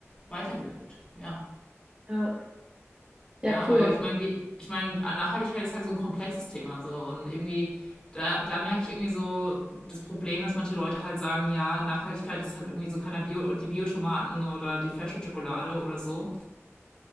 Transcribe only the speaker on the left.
weitergelebt. Ja.
Ja,
aber ich meine, wie, ich meine, Nachhaltigkeit ist halt so ein komplexes Thema so und irgendwie da, da merke ich irgendwie so das Problem, dass manche Leute halt sagen, ja, Nachhaltigkeit ist halt irgendwie so keiner Bio, die Biotomaten oder die Fairtrade-Schokolade oder so.